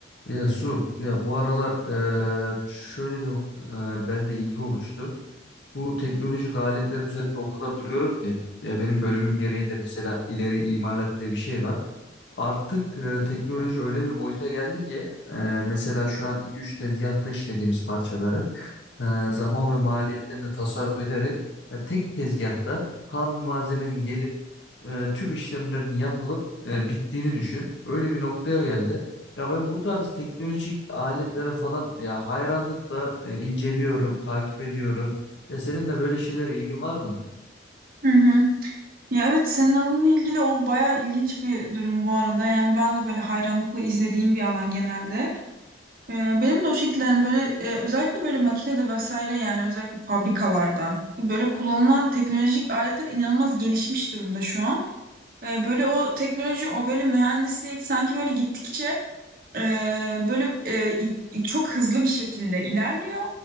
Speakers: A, on the left; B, on the right.
A: Ya Su, ya bu aralar eee, şöyle bir eee bende ilgi oluştu. Bu teknolojik aletler üzerinde o kadar duruyorum ki ya benim bölümüm gereği de mesela ileri imalat diye bir şey var. Artık e, teknoloji öyle bir boyuta geldi ki e, mesela şu an iki üç tezgahta işlediğimiz parçaları e, zaman ve maliyetlerini tasarruf ederek e, tek tezgahta ham bir malzemenin gelip e, tüm işlemlerin yapılıp e, bittiğini düşün. Öyle bir noktaya geldi. Ya ben bu tarz teknolojik aletlere falan ya hayranlıkla e, inceliyorum, takip ediyorum. Ya senin de böyle şeylere ilgin var mıdır?
B: Hı hı. Ya evet senin alanınla ilgili o bayağı ilginç bir durum bu arada. Yani ben de böyle hayranlıkla izlediğim bir alan genelde. Ee, benim de o şekilde hani böyle e, özellikle böyle makinede vesaire yani özellikle fabrikalarda böyle kullanılan teknolojik aletler inanılmaz gelişmiş durumda şu an. Ee, böyle o teknoloji o böyle mühendislik sanki böyle gittikçe ee, böyle e, i- çok hızlı bir şekilde ilerliyor.